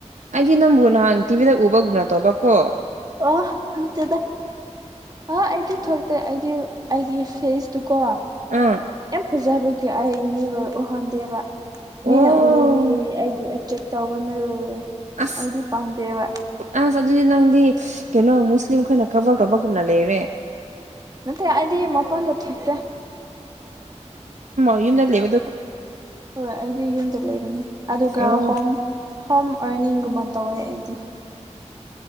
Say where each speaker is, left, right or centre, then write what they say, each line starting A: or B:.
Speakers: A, on the right; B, on the right.
A: ꯑꯩꯗꯤ ꯅꯕꯨꯣꯅꯥꯟ ꯇꯤꯕꯤꯗ ꯕꯅ ꯇꯣꯕꯀꯣ
B: ꯑ ꯃꯠꯇꯦꯗ ꯑ ꯑꯩꯗꯤ ꯊꯣꯛꯇꯦ ꯑꯩꯒꯤ ꯑꯩꯒꯤ ꯐꯦꯁꯇꯨꯀꯣ
A: ꯑꯥ
B: ꯌꯥꯝ ꯐꯖꯕꯒꯤ ꯑꯩ ꯃꯤꯕꯨ ꯎꯍꯟꯗꯦꯕ
A: ꯑꯣ
B: ꯃꯤꯅ ꯎꯔꯗꯤ ꯑꯩꯕꯨ ꯑꯦꯇꯦꯛ ꯇꯧꯕꯅ
A: ꯑꯁ
B: ꯑꯩꯗꯤ ꯄꯥꯝꯗꯦꯕ
A: ꯑꯁ ꯑꯗꯨ ꯅꯪꯗꯤ ꯀꯩꯅꯣ ꯃꯨꯁꯂꯤꯝ ꯈꯣꯏꯅ ꯀꯕꯔ ꯇꯧꯕꯒꯨꯝꯅ ꯂꯩꯔꯦ
B: ꯅꯠꯇ ꯑꯗꯤ ꯃꯄꯥꯟꯗ ꯊꯣꯛꯣꯛꯇ
A: ꯌ ꯂꯩꯕ
B: ꯍꯣꯏ ꯑꯩꯗꯤ ꯌꯨꯝꯗ ꯂꯩꯕꯅꯦ ꯑꯗꯨꯒ
A: ꯑꯣ
B: ꯍꯣꯝ ꯍꯣꯝ ꯑꯔꯅꯤꯡꯒꯨꯝꯕ ꯇꯧꯋꯦ ꯑꯩꯗꯤ